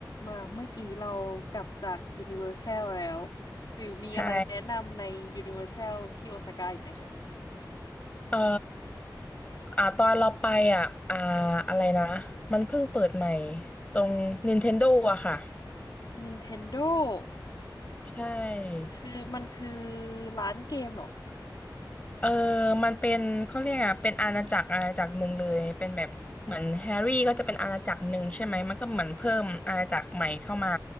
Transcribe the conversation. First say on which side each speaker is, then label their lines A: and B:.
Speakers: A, on the left; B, on the left.
A: มาเมื่อกี้เรากลับจากยูนิเวอร์แซลแล้วหรือมีอะไรแนะนำในยูนิเวอร์แซลที่โอซาก้าอีกไหมคะ
B: ใช่เอ่ออ่าตอนเราไปอ่ะอ่าอะไรนะมันเพิ่งเปิดใหม่ ตรง Nintendo อะค่ะ
A: Nintendo
B: ใช่
A: คือมันคือร้านเกมเหรอ
B: เออมันเป็นเขาเรียกอะเป็นอาณาจักรอาณาจักรหนึ่งเลยเป็นแบบเหมือนแฮร์รี่ก็จะเป็นอาณาจักรหนึ่งใช่ไหม มันก็เหมือนเพิ่มอาณาจักรใหม่เข้ามา